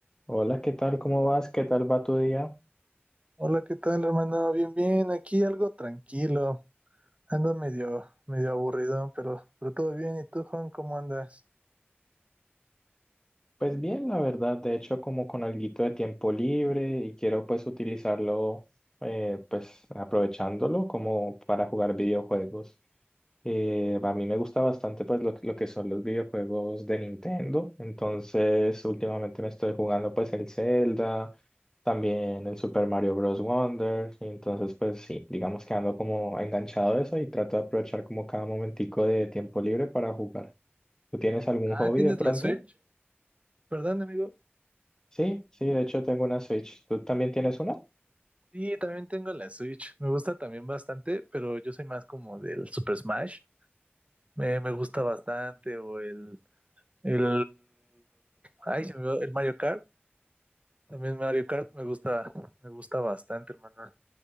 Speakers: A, on the left; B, on the right.
A: Hola, ¿qué tal? ¿Cómo vas? ¿Qué tal va tu día?
B: Hola, ¿qué tal, hermano? Bien, bien, aquí algo tranquilo. Ando medio, medio aburridón, pero, pero todo bien. ¿Y tú, Juan, cómo andas?
A: Pues bien, la verdad, de hecho como con alguito de tiempo libre y quiero pues utilizarlo eh, pues aprovechándolo como para jugar videojuegos. Eh, a mí me gusta bastante pues lo, lo que son los videojuegos de Nintendo, entonces últimamente me estoy jugando pues el Zelda, también el Super Mario Bros. Wonder, y entonces pues sí, digamos que ando como enganchado de eso y trato de aprovechar como cada momentico de tiempo libre para jugar. ¿Tú tienes algún
B: Ah,
A: hobby
B: ¿tienes
A: de pronto?
B: la Switch? Perdón, amigo.
A: Sí, sí, de hecho tengo una Switch. ¿Tú también tienes una?
B: Sí, también tengo la Switch. Me gusta también bastante, pero yo soy más como del Super Smash. Me, me gusta bastante, o el, el, ay, se me va- el Mario Kart. También Mario Kart me gusta, me gusta bastante, hermano.